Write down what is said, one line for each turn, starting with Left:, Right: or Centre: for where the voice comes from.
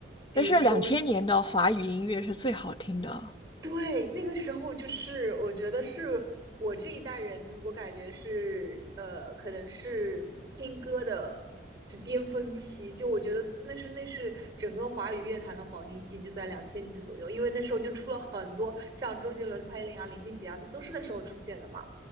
Right: 比如说
Left: 但是两千年的华语音乐是最好听的。
Right: 对，那个时候就是我觉得是我这一代人，我感觉是呃，可能是听歌的就巅峰期，就我觉得那是那是整个华语乐坛的黄金期，就在两千年左右，因为那时候就出了很多像周杰伦、蔡依林啊、林俊杰啊，都是那时候出现的嘛。